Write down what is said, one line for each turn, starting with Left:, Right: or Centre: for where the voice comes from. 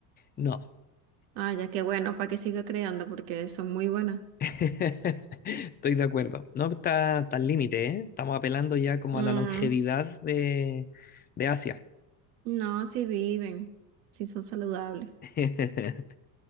Left: No.
Right: Ah, ya que bueno, para que siga creando porque son muy buenas.
Left: <laughs> Estoy de acuerdo. No está, está al límite, ¿eh? Estamos apelando ya como
Right: Mm,
Left: a la longevidad de, de Asia.
Right: no, si viven, si son saludables.
Left: <laughs>